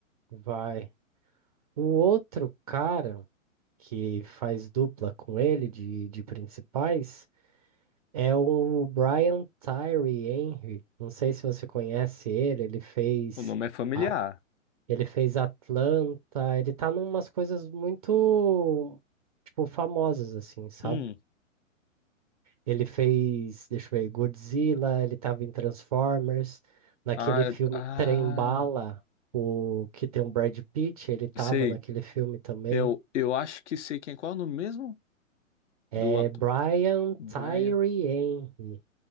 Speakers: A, on the right; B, on the left.
A: Vai. O outro cara que faz dupla com ele de, de principais. É o Brian Tyree Henry. Não sei se você conhece ele. Ele fez,
B: O nome é familiar.
A: a- ele fez Atlanta. Ele tá numas coisas muito, tipo, famosas, assim, sabe?
B: Hum.
A: Ele fez, deixa eu ver, Godzilla. Ele tava em Transformers. Naquele
B: Ah, eu-
A: filme
B: ah,
A: Trem Bala, o que tem o Brad Pitt, ele tava
B: sei.
A: naquele filme também.
B: Eu, eu acho que sei quem. Qual é o nome mesmo
A: É
B: do ator?
A: Brian
B: Brian.
A: Tyree Henry.